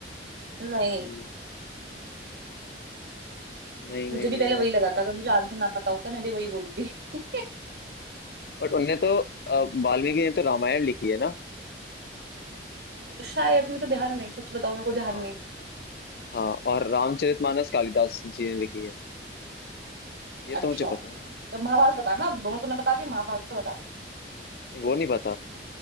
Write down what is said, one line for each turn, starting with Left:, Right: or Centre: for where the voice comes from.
Right: नहीं
Left: हम्म, नहीं
Right: मुझे
Left: नहीं
Right: भी
Left: नहीं
Right: पहले वही
Left: यार
Right: लगा
Left: कौन
Right: था अगर मुझे आंसर ना पता होता मैं भी वही बोलती <laughs>
Left: बट उनने तो अ, वाल्मीकि ने तो रामायण लिखी है ना
Right: शायद मुझे ध्यान नहीं सच बताओ मेरे को ध्यान
Left: हाँ
Right: नहीं
Left: हाँ और रामचरितमानस कालिदास जी ने लिखी है ये
Right: अच्छा
Left: तो मुझे पता है
Right: तो महाभारत बता
Left: हाँ
Right: ना दोनों तूने बता दिया महाभारत तो बता
Left: नहीं, वो नहीं पता